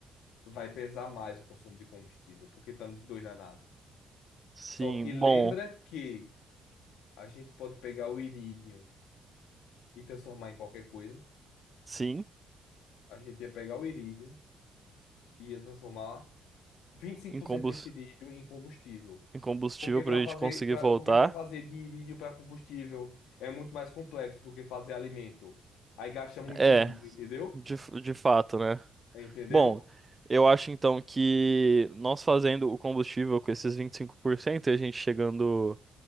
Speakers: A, on the left (about 85°); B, on the right (about 20°).
A: Vai pesar mais o consumo de combustível, porque estamos em dois na nave.
B: Sim,
A: Só que lembra
B: bom.
A: que a gente pode pegar o irídio e transformar em qualquer coisa.
B: Sim.
A: A gente ia pegar o irídio, ia transformar 25%
B: incombus-
A: desse lítio em combustível.
B: incombustível
A: Porque para
B: pra gente
A: fazer,
B: conseguir
A: pra,
B: voltar.
A: porque para fazer de irídio para combustível é muito mais complexo do que fazer alimento. Aí gasta muito
B: É,
A: irídio, entendeu?
B: de, f- de fato, né?
A: Entendeu?
B: Bom, eu acho então que nós fazendo o combustível com esses 25% e cinco por cento e a gente chegando